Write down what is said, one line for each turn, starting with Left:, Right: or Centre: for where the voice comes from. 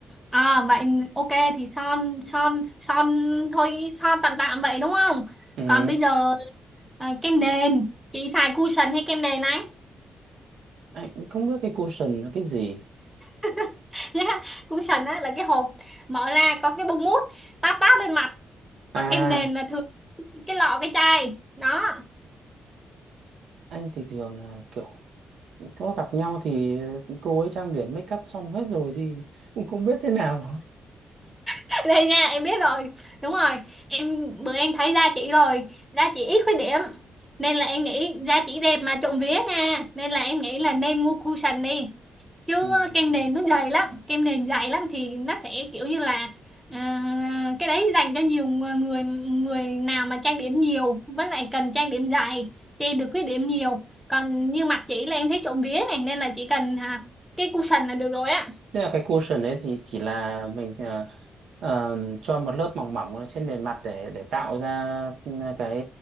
Centre: À, vậy ok thì son son son thôi son tạm tạm vậy đúng không?
Right: Ừ,
Centre: Còn bây giờ à, kem nền chị xài cushion hay kem nền anh?
Right: anh cũng không biết cái cushion là cái gì.
Centre: <laughs> Nhá, Cushion á là cái hộp mở ra có cái bông mút táp táp lên mặt
Right: À,
Centre: còn kem nền là thường cái lọ cái chai đó
Right: anh thì thường là kiểu có gặp nhau thì cô ấy trang điểm make up xong hết rồi thì cũng không biết thế nào.
Centre: <laughs> đây nha em biết rồi đúng rồi em bữa em thấy da chị rồi da chị ít khuyết điểm nên là em nghĩ da chị đẹp mà trộm vía nha nên là em nghĩ là nên mua cushion đi chứ
Right: Ừ.
Centre: kem
Right: ừ.
Centre: nền nó dày lắm kem nền dày lắm thì nó sẽ kiểu như là à, cái đấy dành cho nhiều người người nào mà trang điểm nhiều với lại cần trang điểm dài che được khuyết điểm nhiều còn như mặt chị là em thấy trộm vía này nên là chỉ cần à, cái cushion là được rồi á
Right: Thế là cái cushion đấy thì chỉ là mình ờ, ờ, cho một lớp mỏng mỏng lên trên bề mặt để để tạo ra ừ, cái